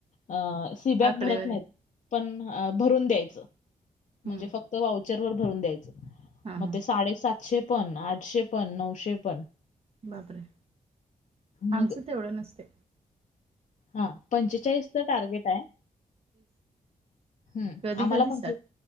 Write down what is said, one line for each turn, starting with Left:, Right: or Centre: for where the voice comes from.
Left: अ सी बॅक
Right: आकडेवारी
Left: भरत नाही पण भरून द्यायच म्हणजे
Right: हं,
Left: फक्त वाव चर वर भरून द्यायच
Right: हां,
Left: मग
Right: हां.
Left: ते साडेसातशे पण आठशे पण नऊशे पण
Right: बापरे आहे
Left: मग
Right: आमचं ते तेवढं नसतय.
Left: हा पंचेचाळीस टार्गेट आहे ह
Right: कधी-कधी
Left: आम्हाला पं